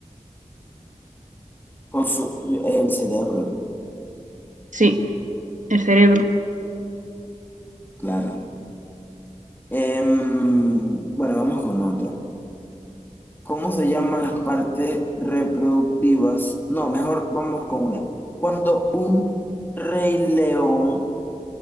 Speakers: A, on the left; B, on the right.
A: con su- el cerebro,
B: Sí, el cerebro.
A: claro. Em, bueno, vamos con otra. ¿Cómo se llaman las partes reproductivas? No, mejor vamos con una. Cuando un rey león